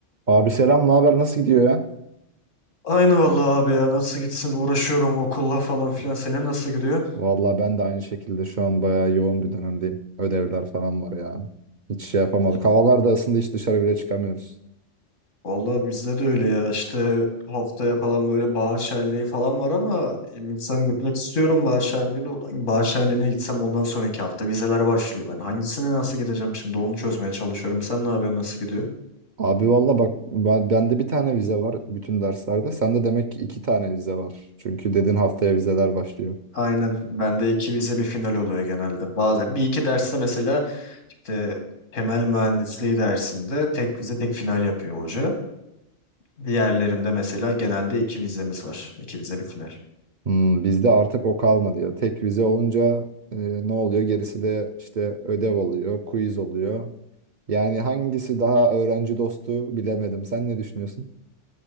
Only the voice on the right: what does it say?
Abi selam, ne haber? Nasıl gidiyor ya?
Vallahi ben de aynı şekilde şu an bayağı yoğun bir dönemdeyim. Ödevler falan var ya. Hiç şey yapamadık.
Havalar da ısındı, hiç dışarı bile çıkamıyoruz.
Abi valla bak ben, bende bir tane vize var bütün derslerde. Sende demek ki iki tane vize var. Çünkü dedin haftaya vizeler başlıyor.
Hmm, bizde artık o kalmadı ya. Tek vize olunca e, ne oluyor? Gerisi de işte ödev oluyor, quiz oluyor. Yani hangisi daha öğrenci dostu bilemedim. Sen ne düşünüyorsun?